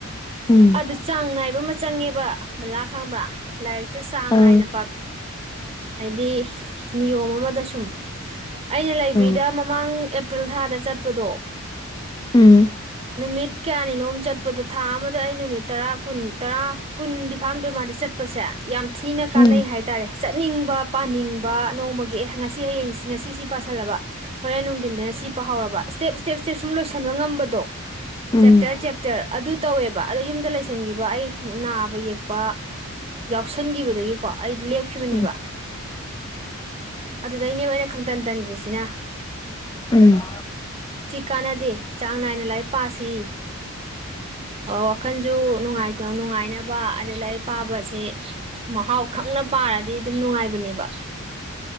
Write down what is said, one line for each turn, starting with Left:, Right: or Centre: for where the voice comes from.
Left: ꯎꯝ
Right: ꯑꯗꯨ ꯆꯥꯡ ꯅꯥꯏꯕ ꯆꯪꯉꯦꯕ ꯕꯂꯥ ꯈꯪꯕ꯭ꯔꯥ ꯂꯥꯏꯔꯤꯛ ꯇꯨ ꯆꯥꯡ
Left: ꯑꯥ
Right: ꯅꯥꯏꯅ ꯍꯥꯏꯗꯤ ꯅꯤꯌꯣꯝ ꯑꯃꯗ ꯁꯨꯝ ꯑꯩꯅ ꯂꯥꯏꯕ꯭ꯔꯤꯗ
Left: ꯎꯝ
Right: ꯃꯃꯥꯡ ꯑꯦ ꯄ꯭ꯔꯤꯜ ꯊꯥꯗ ꯆꯠꯄꯗꯣ
Left: ꯎꯝ
Right: ꯅꯨꯃꯤꯠ ꯀꯌꯥꯅꯤꯅꯣꯝ ꯆꯠꯄꯗꯣ ꯊꯥ ꯑꯃꯗ ꯑꯩ ꯅꯨꯃꯤꯠ ꯇꯔꯥ ꯀꯨꯟ ꯇꯔꯥ ꯀꯨꯟꯗꯤ ꯐꯥꯝꯗꯣꯏ ꯃꯥꯗꯤ ꯆꯠꯄꯁꯦ ꯌꯥꯝ ꯊꯤꯅ
Left: ꯎꯝ
Right: ꯀꯥꯟꯅꯩ ꯍꯥꯏꯇꯥꯔꯦ ꯆꯠ ꯆꯠꯅꯤꯡꯕ ꯄꯥꯅꯤꯡꯕ ꯅꯣꯡꯃꯒꯤ ꯑꯦ ꯉꯁꯤ ꯍꯌꯦꯡ ꯉꯁꯤ ꯁꯤ ꯄꯁꯤꯜꯂꯕ ꯍꯣꯔꯦꯟ ꯅꯨꯡꯊꯤꯟꯗꯅ ꯁꯤ ꯄꯥꯍꯧꯔꯕ ꯏꯁ꯭ꯇꯦꯞ ꯏꯁ꯭ꯇꯦꯞ ꯏꯁ꯭ꯇꯦꯞ ꯁꯨꯝ ꯂꯣꯏꯁꯤꯟꯕ ꯉꯝꯕꯗꯣ
Left: ꯎꯝ
Right: ꯆꯦꯞꯇꫪ
Left: ꯎꯝ
Right: ꯆꯦꯞꯇꫪ ꯑꯗꯨ ꯇꯧꯋꯦꯕ ꯑꯗꯣ ꯌꯨꯝꯗ ꯂꯩꯁꯤꯟꯈꯤꯕ ꯑꯩ ꯅꯥꯕ ꯌꯦꯛꯄ ꯌꯥꯎꯁꯟꯈꯤꯕꯗꯒꯤꯀꯣ ꯑꯩ ꯂꯦꯞ ꯈꯤꯕꯅꯦꯕ
Left: ꯎꯝ
Right: ꯑꯗꯨꯗꯩꯅꯦꯕ ꯑꯣꯏꯅ ꯈꯪꯇꯟ ꯇꯟꯒ꯭ꯔꯤꯁꯤꯅ
Left: ꯎꯝ
Right: ꯀꯥꯟꯅꯗꯦ ꯆꯥꯡ ꯅꯥꯏꯅ ꯂꯥꯏꯔꯤꯛ ꯄꯥꯁꯤ ꯋꯥꯈꯜꯁꯨ ꯅꯨꯡꯉꯥꯏꯇ ꯅꯨꯡꯉꯥꯏꯅꯕ ꯑꯗꯩ ꯂꯥꯏꯔꯤꯛ ꯄꯥꯕꯁꯦ ꯃꯍꯥꯎ ꯈꯪꯅ ꯄꯥꯔꯗꯤ ꯑꯗꯨꯝ ꯅꯨꯡꯉꯥꯏꯕꯅꯦꯕ